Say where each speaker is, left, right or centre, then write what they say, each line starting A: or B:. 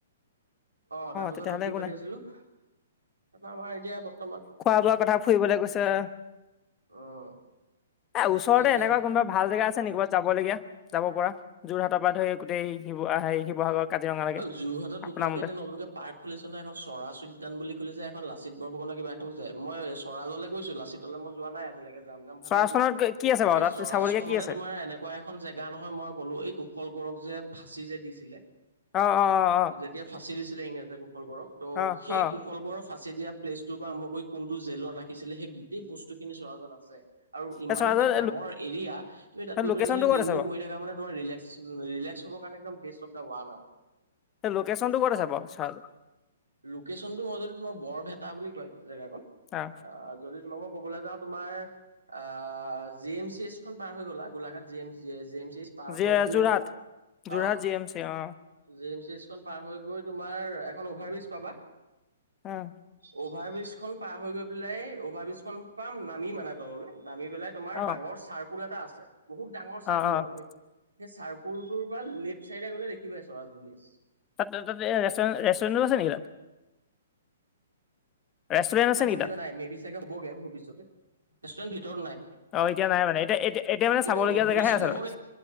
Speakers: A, on the right; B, on the left.
A: অ', তাৰ পাছত
B: তেতিয়াহ'লে
A: আৰু কি
B: একো
A: পাতি
B: নাই
A: আছিলো? তাপা আমাৰ এতিয়া বৰ্ত
B: খোৱা বোৱা কথা ফুৰিবলে গৈছে।
A: অ
B: এ, ওচৰতে
A: ঠিকে আছে।
B: এনেকুৱা কোনবা ভাল জেগা আছে নি ক'বাত? যাবলগীয়া যাব পৰা যোৰহাটৰ পৰা ধৰি গোটেই শিৱ আ, হেই শিৱসাগৰ কাজিৰঙালৈকে
A: আৰু যোৰহাটত দুখনকে
B: আপোনাৰ মতে
A: এতিয়া নতুনকে, পাৰ্ক খুলিছে নহয়, এখন চৰাচ উদ্যান বুলি খুলিছে এখন লাচিত বৰফুকনৰ কিবা এখন যে মই চৰাজলে গৈছো লাচিত, তলে মই যোৱা নাই আজিলেকে যাম যাম ভাবি
B: চৰাইখনত
A: আছো। এই
B: কি আছে বাৰু তাত
A: চৰাজখন
B: চাবলগীয়া কি
A: মানে
B: আছে
A: তোমাৰ এনে কুৱা এখন জেগা নহয় মই ক'লো এই কুশল কোঁৱৰক যে ফাঁচি যে দিছিলে।
B: অ', অ', অ'।
A: যেতিয়া ফাঁচি দিছিলে ইংৰাজে কুশল কোৱৰক। ত'
B: অ
A: সেই
B: অ অ
A: কুশল কোঁৱৰক ফাঁচি দিয়া প্লেচটোৰ পৰা আৰম্ভ কৰি কোনটো জেলত ৰাখিছিলে সেই গোটেই বস্তুখিনি চৰাজত আছে। আৰু ইমান
B: এই চৰাইদেউৰ
A: এটা ডাঙৰ এৰিয়া তুমি তাত গৈ
B: লোকেশ্যনটো
A: পেলে যদি
B: ক'ত
A: দিনটো
B: আছে বাৰু
A: বহি থাকা মানে তোমাৰ ৰিলেক্স ৰিলেক্স হ'ব কাৰণে একদম বেষ্ট অফ দা ৱাল আও।
B: এ, লোকেশ্যনটো ক'ত আছে বাউ চাৰাজৰ
A: লোকেচনটো হৈ গল তোমাক বৰভেটা বুলি কয় জেগাকণ
B: অ
A: আ, যদি তোমাকো' ক'বলে যাওঁ তোমাৰ আ, জি এম চি এইচ খন পাৰ হৈ গ'লা গোলাঘাট জি এম জেম জেম এম চি এইচ। পাৰ
B: যি
A: হৈ গৈ,
B: যোৰহাট যোৰহাট
A: অ'।
B: জি এম চি অ
A: জে এম চি এইচখন পাৰ হৈ গৈ তোমাৰ এখন অভাৰ ব্ৰিজ পাবা।
B: অ'।
A: অভাৰ ব্ৰিজখন পাৰ হৈ গৈ পেলাই অভাৰ ব্ৰিজখিন পাম নামি মানে তললে নামি পেলাই তোমাৰ
B: অ
A: ডাঙৰ চাৰ্কুল এটা আছে। বহুত ডাঙৰ
B: অ
A: চাৰ্কুল
B: অ অ
A: আৰু সেই চাৰ্কুল তোৰ পাল লেফট চাইডে গ'লে দেখিবাই চৰাজ বুলি আছ
B: তাতে তাতে ৰেছ-ৰেষ্টুৰেনটো আছে নেকি তাত? ৰেষ্টুৰেণ্ট আছে
A: তাৰ
B: নেকি
A: ভিতৰত
B: তাত
A: নাই মে বি চাগে হ'বগে ভৱিষ্যতে। ৰেষ্টুৰেণ্ট ভিতৰত নাই।
B: অ', এতিয়া নাই মানে,। এতিয়া এতি-এতিয়া মানে
A: কিন্তু
B: চাবলগীয়া
A: ভৱিষ্যত
B: জেগাহে আছে তাত।
A: হ'বগে